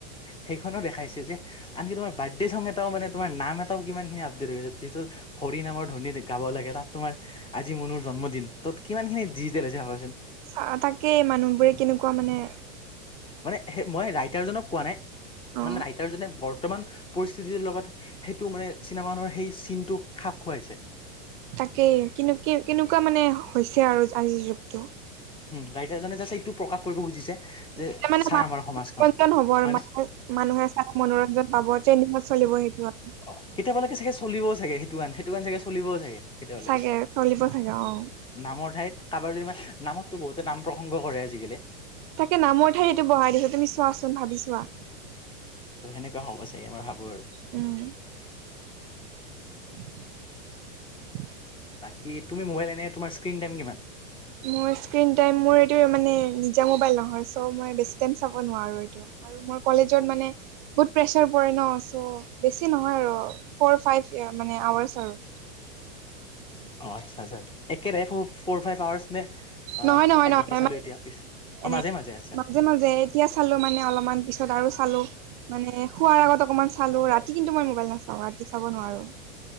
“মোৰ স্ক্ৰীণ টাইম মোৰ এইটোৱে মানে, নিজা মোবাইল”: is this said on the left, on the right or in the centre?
Right